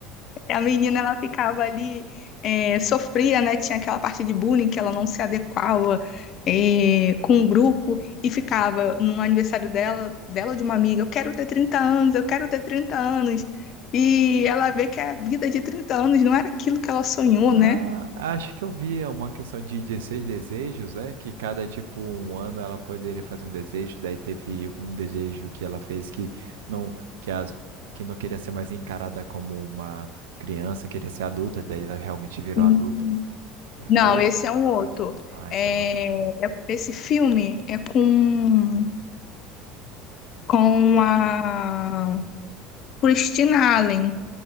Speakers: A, on the left; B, on the right.
A: A menina, ela ficava ali, eh, sofria, né? Tinha aquela parte de bullying que ela não se adequava, eh, com o grupo e ficava no aniversário dela, dela ou de uma amiga, eu quero ter trinta anos, eu quero ter 30 anos. E ela vê que a vida de 30 anos não era aquilo que ela sonhou,
B: Ah,
A: né?
B: acho que eu vi uma questão de 16 desejos, né? Que cada, tipo, um ano ela poderia fazer um desejo, daí teve um desejo que ela fez que não, que as, que não queria ser mais encarada como uma criança, queria ser adulta, daí ela realmente virou
A: Hum.
B: adulta. É,
A: Não,
B: foi esse?
A: esse é um outro.
B: Ah,
A: É,
B: esse é outro.
A: é- esse filme é com, com a Christina Allen.